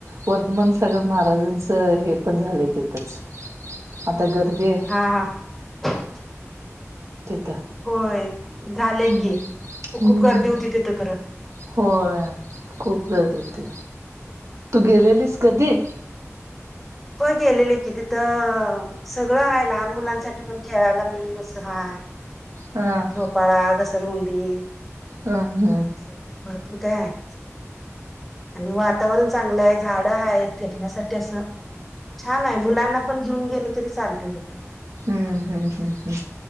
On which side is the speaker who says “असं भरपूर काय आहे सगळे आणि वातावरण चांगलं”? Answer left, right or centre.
Centre